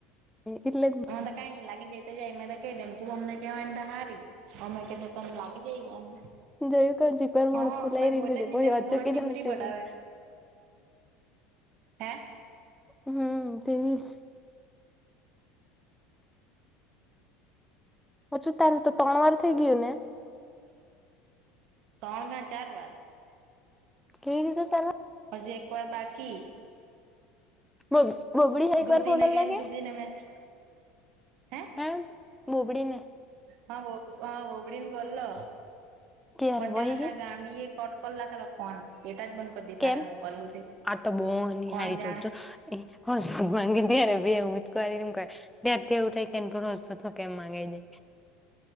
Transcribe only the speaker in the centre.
એટલે જ.
જોયું કે જીગર
મોડું ફુલાઈ
રી
લીધી
પહી
અચૂકી
જ હસી
પડ
હમ તેવી જ. હછું તારું તો ત્રણ વાર થઇ ગયું ને.
કેવી રીતે ચાલ?
બ બબડી હા એક એક
વાર ફોનલ
લાગે.
હા બોબડીને.
ત્યારે
વહી
ગઈ
કેમ
આ તો બહુ
હારી
ચોર છો એ હ ગીીય બે હું જમ ક. ત્યારથી એવું થાય કે એને પરોજ તો કેમ ગે જાય.